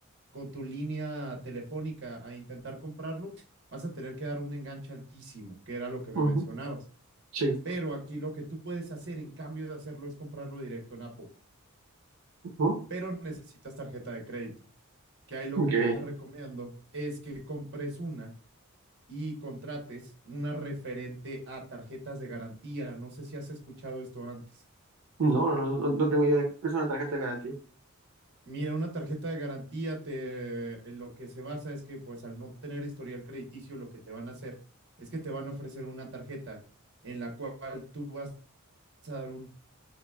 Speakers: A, on the right; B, on the right.
A: con tu línea telefónica a intentar comprarlo, vas a tener que dar un enganche altísimo, que era lo que me
B: Ujú,
A: mencionabas.
B: Sí,
A: Pero aquí lo que tú puedes hacer en cambio de hacerlo es comprarlo directo en Apple,
B: ujú,
A: pero necesitas tarjeta de crédito que ahí lo
B: ok.
A: que yo te recomiendo es que compres una y contrates una referente a tarjetas de garantía. No sé si has escuchado esto antes.
B: No, no, no, no tengo idea de qué es una tarjeta de garantía.
A: Mira, una tarjeta de garantía te, en lo que se basa es que pues al no tener historial crediticio, lo que te van a hacer es que te van a ofrecer una tarjeta en la cual tú vas a dar un-